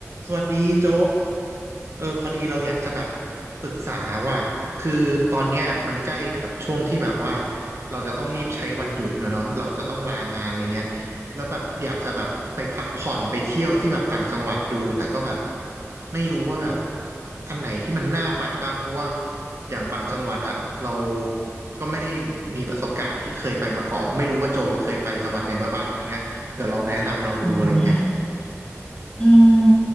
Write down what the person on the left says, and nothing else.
อืมอืม